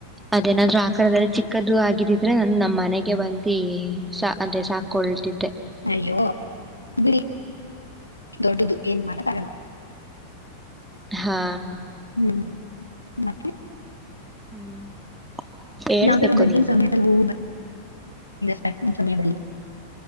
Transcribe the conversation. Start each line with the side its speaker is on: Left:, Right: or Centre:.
Centre: ಅದೇನಾದ್ರು. ಆ ಕದಲ್ಲಿ ಚಿಕ್ಕದದು ಆಗಿದಿದ್ರೆ ನಾನ ನಮ್ಮ್ ಮನೆಗೆ ಬಂದು ಅದೇ ಸಾಕೊಳ್ತಿದ್ದೆ
Left: ಅಯ್ಯೋ ಬಿ. ದೊಡ್ಡದು ಏನ್ ಮಾಡ ಬರೋಣ
Centre: ಹಾ.
Left: ಹ್ಮ್ ಮತ್ತೆ
Centre: ಹ್ಮ್ ಹೇಳ್ಬೇಕು
Left: ಯಾವ್ದರೂ ಬಿರ್ಂಗನ್
Centre: ನೀವು
Left: ಸಮಯದಲ್ಲಿ ಹೋಗುವ ಬ. ಸಮ ಸಮೀ ಬ.